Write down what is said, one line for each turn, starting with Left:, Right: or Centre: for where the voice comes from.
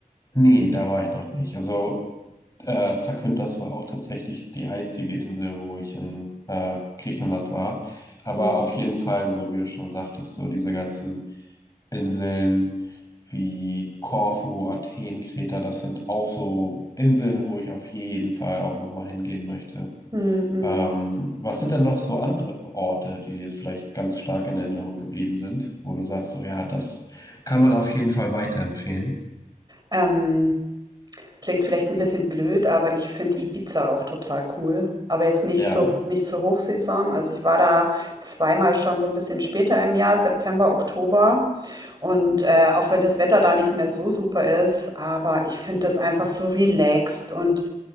Left: Nee, da war ich noch nicht. Also äh, Zakynthos war auch tatsächlich die einzige Insel, wo ich in äh, Griechenland war. Aber
Right: Hm,
Left: auf jeden Fall, so wie du schon sagtest, so diese ganzen Inseln wie Korfu, Athen, Kreta, das sind auch so Inseln, wo ich auf jeden Fall auch nochmal hingehen möchte.
Right: hm, hm.
Left: Ähm, was sind denn noch so andere Orte, die dir jetzt vielleicht ganz stark in Erinnerung geblieben sind, wo du sagst, so ja, das kann man auf jeden Fall weiterempfehlen?
Right: Ähm, Klingt vielleicht ein bisschen blöd, aber ich finde Ibiza auch total cool. Aber jetzt nicht
Left: Ja,
Right: zur nicht zur Hochsaison. Also, ich war da zweimal schon so ein bisschen später im Jahr, September, Oktober. Und, äh, auch wenn das Wetter da nicht mehr so super ist, aber ich finde das einfach so relaxed und